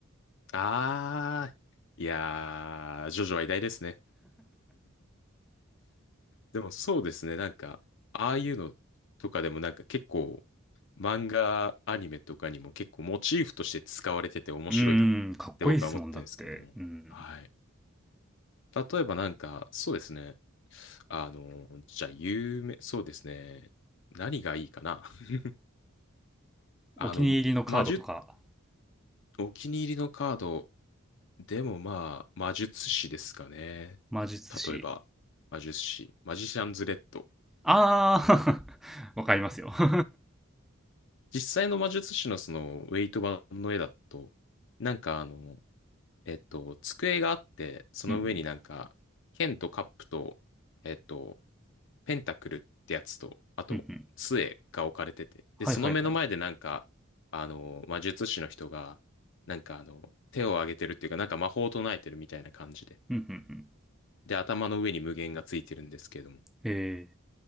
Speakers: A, on the left; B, in the centre.
A: あー、いやー、ジョジョは偉大ですね。でもそうですね。なんか、ああいうのとかでもなんか結構、漫画、アニメとかにも結構モチーフとして使われてて面白いなって僕は思ってるんですけども。
B: <laughs> うーんかっこいいですもんだってうん
A: はい。例えばなんか、そうですね。あの、じゃあ有名、そうですね。何がいいかな。<laughs> あの、
B: お気に入りのカードとか
A: 魔術、お気に入りのカード、でもまあ、魔術師ですかね。
B: 魔術師
A: 例えば、魔術師、マジシャンズレッド。
B: ああ、<laughs> わかりますよ。<laughs>
A: 実際の魔術師のそのウェイト版の絵だと、なんかあの、えっと、机があって、その上になんか、
B: うんうん
A: 剣とカップと、えっと、ペンタクルってやつと、あと、
B: うんうん
A: 杖が置かれてて、
B: はいはいはい。
A: で、その目の前でなんか、あの、魔術師の人が、なんかあの、手を挙げてるっていうか、なんか魔法を唱えてるみたいな感じで、
B: うんうんうん
A: で、頭の上に無限がついてるんですけれども、
B: え